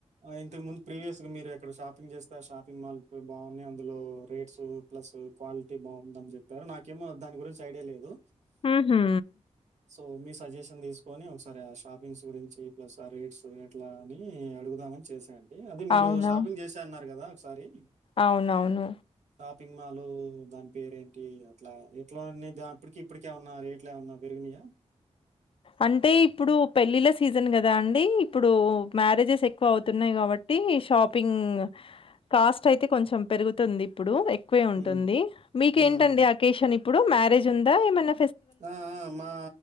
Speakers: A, on the right (about 80°); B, on the left (about 50°).
A: ఇంతకు ముందు ప్రీవియస్ గా మీరు ఎక్కడ షాపింగ్ చేస్తే షాపింగ్ మాల్ బాగున్నాయి అందులో రేట్స్ ప్లస్ క్వాలిటీ బాగుందని చెప్పారు నాకేమో దాని గురించి ఐడియా లేదు
B: హ హ
A: సో మీ సజెషన్ తీసుకొని ఒకసారి ఆ షాపింగ్స్ గురించి ప్లస్ ఆ రేట్స్ ఎట్లా అని అడుగుదామని చేసాయండి అది మీరు
B: అవునా!
A: షాపింగ్ చేసే అన్నారు కదా సరే
B: అవునవును
A: పింగ్ మాలు దాని పేరేంటి అట్ల ఎట్లానే దాపిడికీ ఇప్పుడికి ఏమన్నా రేట్లు ఏమన్నా పెరిగినయా
B: అంటే ఇప్పుడు పెళ్ళీల సీజన్ కదా అండి ఇప్పుడు మ్యారేజెస్ ఎ క్కువ అవుతున్నాయి కాబట్టి షాప్ పింగ్ కాస్ ట్ అయితే కొంచెం పెరుగుతుంది ఇప్పుడు ఎ క్కువే ఉంటుంది.
A: హ్మ్.
B: మీకేంటండి
A: హ్మ్.
B: ఆకేేశన్ ఇ ప్పుడు మ్యారేజ్ ఉందా ఏమన్న
A: ఆ ఆ మా